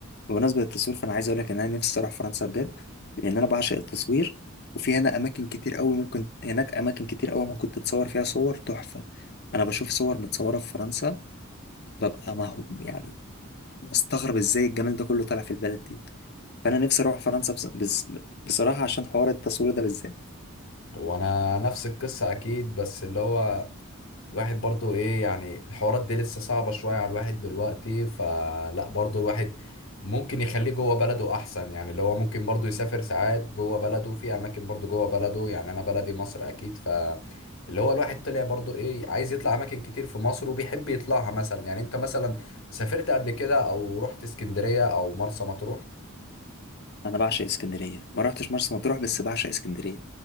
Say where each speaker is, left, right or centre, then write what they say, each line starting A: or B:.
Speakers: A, on the left; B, on the left.
A: بمناسبة التصوير فأنا عايز أقول لك إن أنا نفسي أروح فرنسا بجد لأن أنا بعشق التصوير وفي هنا أماكن كتير أوي ممكن هناك أماكن كتير أوي ممكن تتصور فيها صور تحفة أنا بشوف صور متصورة في فرنسا ببقى مهو يعني أستغرب إزاي الجمال ده كله طالع في البلد دي فأنا نفسي أروح فرنسا بص... بص... بصراحة عشان حوار التصوير ده بالذات
B: وانا نفس القصة اكيد بس اللي هو الواحد برضو ايه يعني الحوارات دي لسه صعبة شوية على الواحد دلوقتي فلا برضو الواحد ممكن يخليه جوه بلده احسن يعني اللي هو ممكن برضو يسافر ساعات جوه بلده في اماكن برضو جوه بلده يعني انا بلدي مصر اكيد ف اللي هو الواحد طلع برضو ايه عايز يطلع اماكن كتير في مصر وبيحب يطلعها مثلا يعني انت مثلا سافرت قبل كده او رحت اسكندرية او مرسى مطروح
A: انا بعشق اسكندريه ما رحتش مرسى مطروح بس بعشق اسكندريه